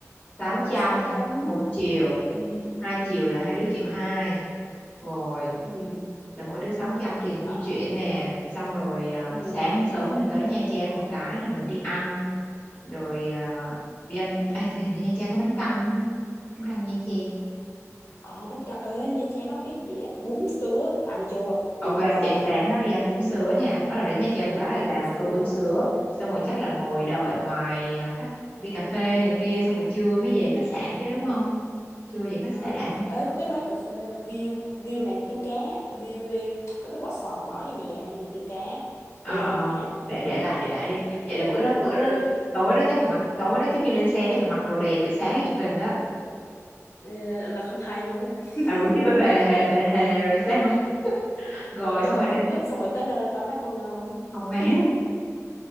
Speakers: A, on the left; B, on the left.
A: sáu trăm
B: 600
A: một chiều
B: ừ,
A: hai chiều là hai đứa triệu hai rồi
B: ừ,
A: là mỗi đứa 600 tiền
B: tiệm ở
A: di chuyển nè xong rồi à,
B: ừ.
A: sáng sớm mình tới Nha Trang một cái là mình đi ăn rồi à, đi ăn à, thì hình như Nha Trang có bánh căn đúng không bánh căn Nha Trang
B: Ồ, bánh cà ê, Nha Trang nó có cái dĩa bún sứa, bạn vô,
A: Ok,
B: tuyệt vời.
A: dậy sáng đó đi ăn bún sứa nha. Bắt đầu đến Nha Trang
B: Ừ,
A: một cái là
B: ăn
A: làm
B: bún
A: một tô
B: sứa.
A: bún sứa. Xong rồi chắc là ngồi đợi ngoài ờ, khách, đi cà phê này kia. Xong rồi trưa mới về khách sạn chứ đúng không? Trưa về khách
B: Ờ,
A: sạn.
B: đúng rồi. Ê, có cái quán cà phê View, View nàng tiên cá, View có cái vỏ sò mở vậy nè, như nàng tiên cá.
A: Ờ,
B: Đi
A: ờ,
B: không má?
A: để để lại, để lại đi. Vậy là bữa đó, bữa
B: Ok,
A: đó tối đó chắc phải mặc, tối đó trước khi lên xe chắc phải mặc đồ đẹp để sáng đi chụp hình đó.
B: Ờ, là không thay luôn hả? <laughs>
A: Ừ, chứ bê bề hề,
B: Bạn,
A: bề hề rồi sao? <laughs> Rồi
B: nhưng bạn có
A: xong
B: cần
A: rồi đến
B: make up xong rồi tới nơi khỏi mát luôn không?
A: phòng má.
B: <laughs>